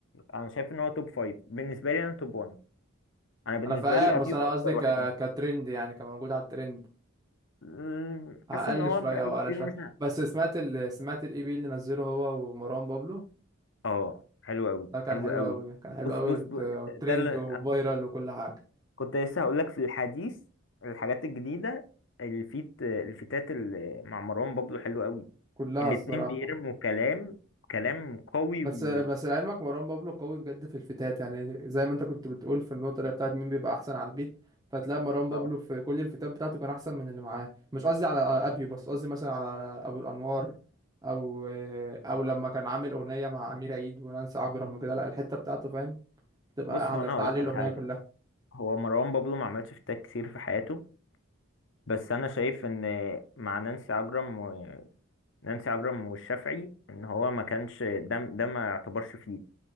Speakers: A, on the left (about 60°); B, on the right (about 20°).
A: انا شايف ان هو توب فايف بالنسبه لي انا توب 1 انا بالنسبه
B: انا فاهم
A: لي
B: بس
A: ابيو
B: انا
A: اكتر
B: قصدي ك...
A: واحد
B: كترند يعني كموجود على الترند
A: مم،
B: اقل
A: حاسس ان هو
B: شويه
A: بقاله
B: او
A: كتير
B: اقل شويه
A: مش ع-
B: بس سمعت ال... سمعت الاي بي اللي نزله هو ومروان بابلو
A: اه حلو قوي
B: ده كان
A: حلو
B: حلو
A: قوي
B: قوي كان حلو
A: بص
B: قوي
A: بص
B: وت...
A: بص
B: وترند
A: ده ده اللي
B: وفايرال
A: أنا
B: وكل حاجه
A: كنت لسه هقول لك في الحديث الحاجات الجديده الفيت الفيتات اللي مع مروان بابلو حلو قوي
B: كلها
A: الاتنين
B: الصراحه
A: بيرموا كلام كلام قوي
B: بس
A: و
B: بس لعلمك مروان بابلو قوي بجد في الفتات يعني زي ما انت كنت بتقول في النقطة اللي بتاعت مين بيبقى أحسن على البيت فتلاقي مروان بابلو
A: اه
B: في كل الفتات بتاعته كان أحسن من اللي معاه مش قصدي على أبيو بس قصدي مثلا على أبو الأنوار أو أو لما كان عامل أغنية مع أمير عيد ونانسي عجرم وكده لا الحتة بتاعته فاهم بتبقى
A: بص
B: أعلى
A: هو انا
B: بتعلي
A: هقول لك
B: الأغنية
A: على حاجه
B: كلها
A: هو مروان بابلو ما عملش فيتات كتير في حياته بس انا شايف ان مع نانسي عجرم نانسي عجرم والشافعي ان هو ما كانش ده ده ما يعتبرش فيت